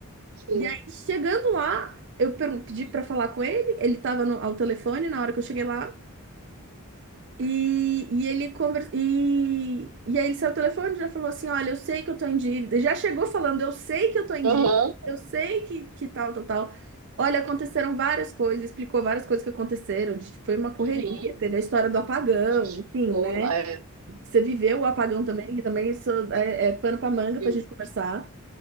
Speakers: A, on the right (about 80°); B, on the right (about 55°).
A: Sim.
B: E aí, chegando lá, eu per- pedi pra falar com ele, ele tava no, ao telefone na hora que eu cheguei lá. E, e ele conversa e, e aí ele saiu o telefone e já falou assim: Olha, eu sei que eu tô em dívida. Já chegou falando, eu sei que eu tô em
A: Aham.
B: dívida, eu sei que, que tal, tal, tal. Olha, aconteceram várias coisas, explicou várias coisas que aconteceram, de, tipo, foi uma correria,
A: Uhum.
B: teve a história do apagão,
A: Justificou.
B: enfim, né?
A: É.
B: Você viveu o apagão
A: Uhum.
B: também, e também isso é, é pano para manga
A: Sim.
B: para a gente conversar.